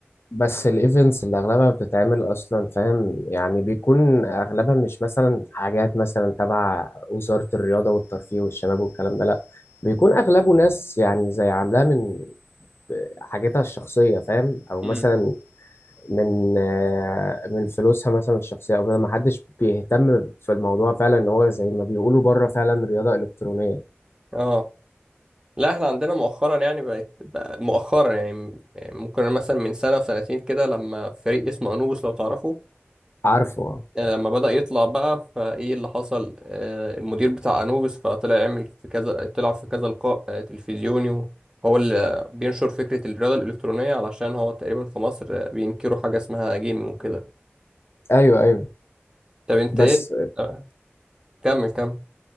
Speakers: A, on the left; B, on the right.
A: بس الايفنتس اللي اغلبها بتتعمل اصلا فاهم يعني بيكون اغلبها مش مثلا حاجات مثلا تبع وزارة الرياضة والترفيه والشباب والكلام ده لا بيكون اغلبه ناس يعني زي عاملاه من حاجتها الشخصية فاهم او
B: امم
A: مثلا من آه، من فلوسها مثلا الشخصية او كده محدش بيهتم في الموضوع فعلا ان هو زي ما بيقولوا بره فعلا رياضة الكترونية
B: اه لا احنا عندنا مؤخرا يعني بقت بقى مؤخرا يعني يعني ممكن مثلا من سنة وسنتين كده لما فريق اسمه أنوبوس لو تعرفه
A: عارفه آه.
B: آه، لما بدأ يطلع بقى فايه اللي حصل آه، المدير بتاع انوبيس فطلع يعمل في كذا طلع في كذا لقاء آه، تلفزيوني وهو اللي بينشر فكرة الرياضة الإلكترونية علشان هو تقريبا في مصر آه، بينكروا حاجة اسمها جيمنج وكده
A: ايوه ايوه
B: طب انت
A: بس
B: ايه آه، كمل كمل